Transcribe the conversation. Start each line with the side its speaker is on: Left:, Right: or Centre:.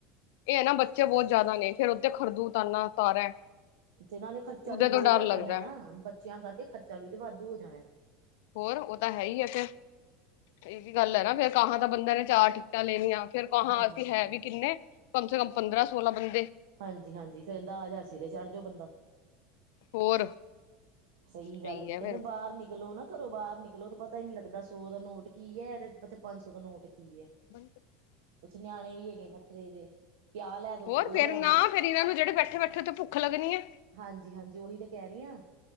Left: ਐ ਨਾ ਬੱਚੇ ਬਹੁਤ ਜੇਆਦਾ ਨੇ ਫੇਰ, ਉੱਥੇ ਖਰਦੂ ਤਾਨਾ ਤਾਰਾ।
Right: ਤੇ ਨਾਲੇ ਖਰਚਾ
Left: ਉਹਦੇ
Right: ਵੀ ਬਹੁਤ
Left: ਤੋਂ ਡਰ
Right: ਹੋ
Left: ਲੱਗਦਾ
Right: ਜਾਨਾ ਨਾ, ਬੱਚੇਆਂ ਕਰਕੇ ਖਰਚਾ ਵੀ ਤੇ ਵਾਧੂ ਹੋ ਜਾਨਾ।
Left: ਔਰ ਓ ਤਾਂ ਹੈ ਈ ਆ ਫੇਰ- ਗੱਲ ਐ ਨਾ ਫੇਰ ਕਾਹਾਂ ਤਾਂ ਬੰਦੇ ਨੇ ਚਾਰ ਟਿਕਟਾਂ ਲੇਨੀਆਂ ਫੇਰ ਕਹਾ
Right: ਹਾਂਜੀ
Left: ਅਸੀਂ ਹੈ
Right: ਹਾਂਜੀ
Left: ਵੀ ਕਿੰਨੇ ਕਮ ਸੇ ਕਮ ਪੰਦਰਾਂ ਸੋਲਾਂ ਬੰਦੇ।
Right: ਹਾਂਜੀ-ਹਾਂਜੀ, ਫੇਰ ਦਾਅ ਹਜ਼ਾਰ ਸੀਰੇ ਚੜ੍ਹ ਜਾਓ, ਬੰਦਾ
Left: ਹੋਰ
Right: ਸਹੀ
Left: ਇਹੀ
Right: ਗੱਲ ਜੀ,
Left: ਹੈ
Right: ਕਹਿੰਦੇ
Left: ਫੇਰ
Right: ਬਾਹਰ ਨਿਕਲੋ ਨਾ। ਘਰੋਂ ਬਾਹਰ ਨਿਕਲੋ ਤੇ ਪਤਾ ਈ ਨੀ ਲੱਗਦਾ, ਸੌ ਦਾ ਨੋਟ ਕੀ ਏ, ਅਤੇ ਪੰਜ ਸੌ ਦਾ ਨੋਟ ਕੀ ਏ।
Left: <unintelligible>
Right: ਕੁਛ ਨਿਆਣੇ ਵੀ ਹੈਗੇ ਅਥਰੇ ਜੇ ਕਿਆ ਲੈ <unintelligible>
Left: ਔਰ ਫੇਰ ਨਾ
Right: ਦੋ
Left: ਫ਼ੇਰ ਏਹਨਾਂ ਨੂੰ ਜੇਹੜੇ ਬੈਠੇ-ਬੈਠੇ ਉੱਥੇ ਭੁੱਖ ਲੱਗਨੀਏ।
Right: ਹਾਂਜੀ-ਹਾਂਜੀ, ਉਹੀ ਤੇ ਕੇਅ ਰਹੀ ਆਂ।